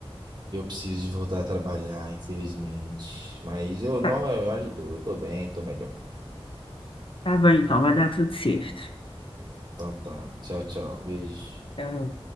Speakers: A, on the right; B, on the left.
A: Eu preciso de voltar a trabalhar, infelizmente. Mas eu não,
B: Tá,
A: eu ajudou, eu tô bem, tô melhor.
B: tá bom, então, vai dar tudo certo.
A: Então tá, tchau, tchau, beijo.
B: Então,